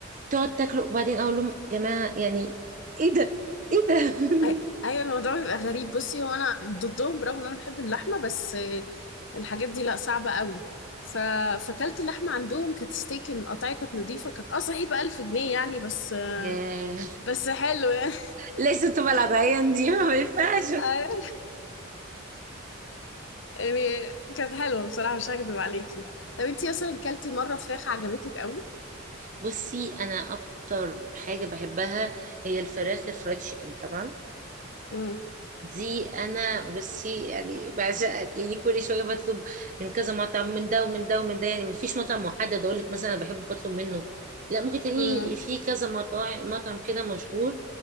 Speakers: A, on the right; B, on the left.
A: تقعد تاكله وبعدين اقول لهم جماعة يعني ايه ده ايه ده <laughs>
B: أي... ايوه الموضوع بيبقى غريب بصي هو انا ضدهم برغم ان انا بحب اللحمه بس آه، الحاجات دي لا صعبه قوي ف... فكلت اللحمه عندهم كانت ستيك القطعيه كانت نظيفه كانت اه صحيح ب 1000 جنيه يعني بس آه،
A: ياه
B: بس حلو يعني
A: ليست بلد عيان دي ما ينفعش
B: <laughs> أيوة. يعني كانت حلوه بصراحه مش هكدب عليكي طب انتي اصلا كلتي مره فراخ عجبتك قوي
A: بصي انا اكتر حاجه بحبها هي الفراخ الفرايد تشيكن طبعا
B: امم
A: دي انا بصي يعني بعشقها لاني كل شويه بطلب من كذا مطعم من ده ومن ده ومن ده يعني مفيش مطعم محدد اقول لك مثلا انا بحب بطلب منه لا ممكن تلاقيني
B: امم
A: في كذا مطاعم مطعم كده مشهور